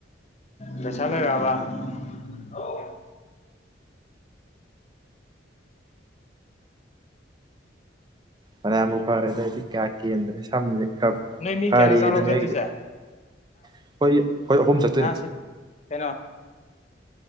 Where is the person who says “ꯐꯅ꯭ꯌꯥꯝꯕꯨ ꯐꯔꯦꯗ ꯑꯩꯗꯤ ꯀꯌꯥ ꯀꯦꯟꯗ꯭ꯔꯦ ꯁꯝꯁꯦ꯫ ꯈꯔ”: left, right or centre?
Right